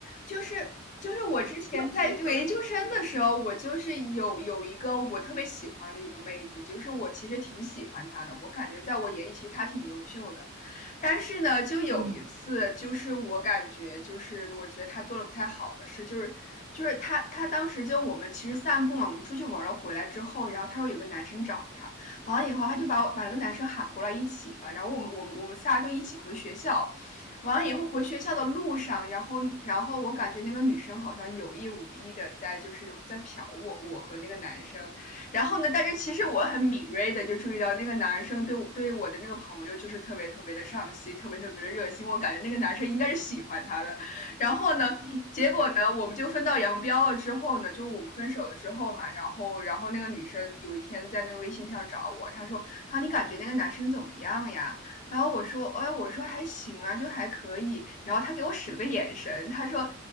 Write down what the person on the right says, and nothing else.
你说，
嗯，